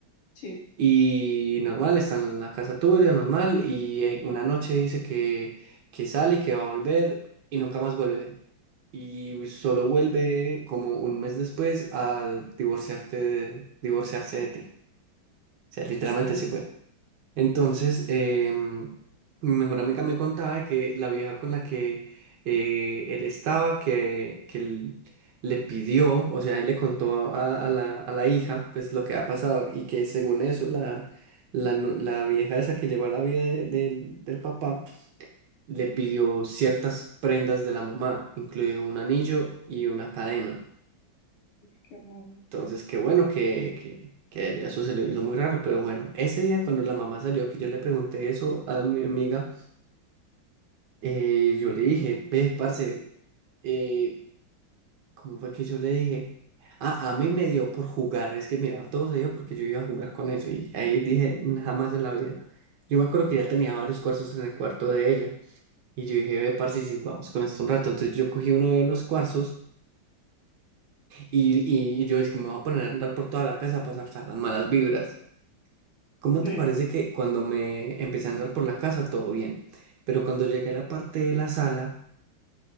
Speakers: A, on the left; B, on the right.
A: Sí,
B: Y normal, está en la casa tuya, normal, y eh, una noche dice que, que sale y que va a volver y nunca más vuelve. Y solo vuelve como un mes después a divorciarte, divorciarse de ti. O sea,
A: qué
B: literalmente
A: extraño.
B: así fue. Entonces, em, mi mejor amiga me contaba que la vieja con la que eh, él estaba, que, que él le pidió, o sea, él le contó a, a la, a la hija, pues lo que ha pasado, y que según eso, la, la, nu- la vieja esa que llegó a la vida de- de- del papá, le pidió ciertas prendas de la mamá, incluido un anillo y una cadena.
A: Qué raro.
B: Entonces, qué bueno que, que, que eso se le hizo muy raro, pero bueno, ese día cuando la mamá salió, que yo le pregunté eso a mi amiga, eh, yo le dije, ve, parce, eh, ¿cómo fue que yo le dije? Ah, a mí me dio por jugar, es que mira, todo se dio porque yo iba a jugar con eso y ahí dije, jamás en la vida. Yo me acuerdo que ya tenía varios cuarzos en el cuarto de ella y yo dije, ve, parce, si jugamos con esto un rato, entonces yo cogí uno de los cuarzos y, y, y yo es que me voy a poner a andar por toda la casa para sacar las malas vibras. ¿Cómo
A: Sí,
B: te parece que cuando me empecé a andar por la casa todo bien? Pero cuando llegué a la parte de la sala,